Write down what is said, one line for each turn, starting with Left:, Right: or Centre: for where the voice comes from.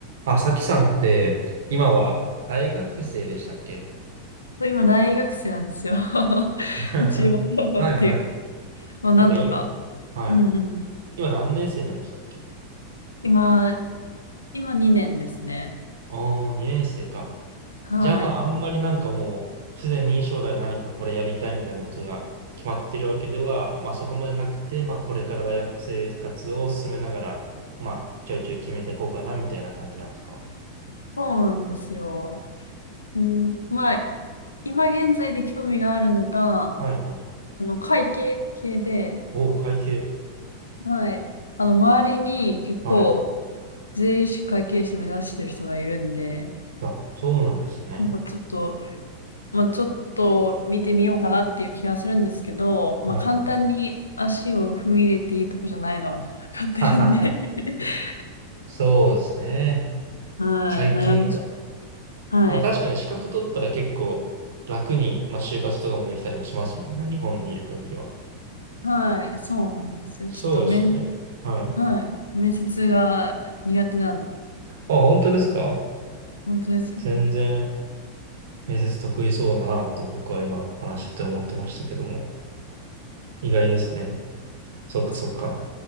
Right: あ、さきさんって、今は大学生でしたっけ
Left: そう今、大学生なんですよ。<laughs>
Right: <laughs>
Left: 一応 <laughs>
Right: はいはい。
Left: っていうか、まあ、なんとか。
Right: なんか今、はい。
Left: うんうん。
Right: 今何年生なんでしたっけ
Left: 今、今2年ですね。
Right: おー、2年生か。
Left: はい。
Right: じゃあまあ、あんまりなんかもう、すでに将来何かこれやりたいみたいなことが決まってるわけでは、まあそこまでなくて、まあこれから大学生活を進めながら、まあちょいちょい決めていこうかなみたいな感じなんですか
Left: そうなんですよ。うん、まあ、今現在で興味があるのが、
Right: はいはい。
Left: あの、会計系で、
Right: お会計。
Left: はい。あの、周りに結構、
Right: はい。
Left: 税理士会計士目指してる人がいるんで、
Right: あ、そうなんですね。
Left: なんかちょっと、まあ、ちょっと見てみようかなっていう気がするんですけど、まあ、
Right: はいはい。
Left: 簡単に足を踏み入れていいとこじゃないのが <laughs> 分かってるんで
Right: <laughs> ははは。
Left: <laughs>
Right: そうですね。
Left: はい、
Right: 会計か。
Left: 悩ましい。はい。
Right: まあ確かに資格取ったら結構楽に、まあ就活とかもできたりもしますもんね。日本にいる限りは。
Left: はい、そうなんですよ。
Right: そうですね。
Left: ちょっと面、
Right: はい。
Left: はい、面接が苦手なんで、
Right: あ、本当ですか
Left: 本当ですよ、
Right: 全然
Left: 本当に。
Right: 面接得意そうだなと僕は今話してて思ってましたけども。意外ですね。そっかそっか。
Left: <laughs>